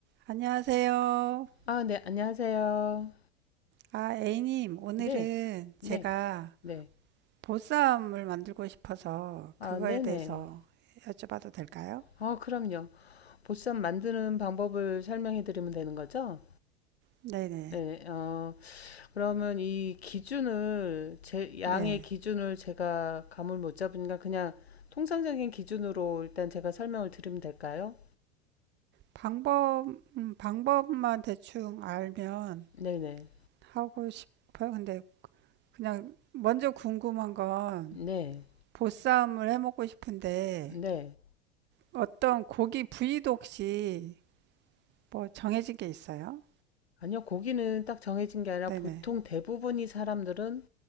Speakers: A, on the right; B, on the left.
A: 안녕하세요.
B: 아, 네, 안녕하세요.
A: 아, A님, 오늘은
B: 네,
A: 제가
B: 네, 네.
A: 보쌈을 만들고 싶어서
B: 아,
A: 그거에
B: 네네.
A: 대해서 여쭤봐도 될까요?
B: 아, 그럼요. 보쌈 만드는 방법을 설명해 드리면 되는 거죠?
A: 네네.
B: 네, 어, 그러면 이 기준을, 제, 양의
A: 네.
B: 기준을 제가 감을 못 잡으니까 그냥 통상적인 기준으로 일단 제가 설명을 드리면 될까요?
A: 방법, 음, 방법만 대충 알면
B: 네네.
A: 하고 싶어요. 근데 그냥 먼저 궁금한 건
B: 네,
A: 보쌈을 해 먹고 싶은데
B: 네.
A: 어떤 고기 부위도 혹시 뭐 정해진 게 있어요?
B: 아니요, 고기는 딱 정해진 게 아니라
A: 네네.
B: 보통 대부분이 사람들은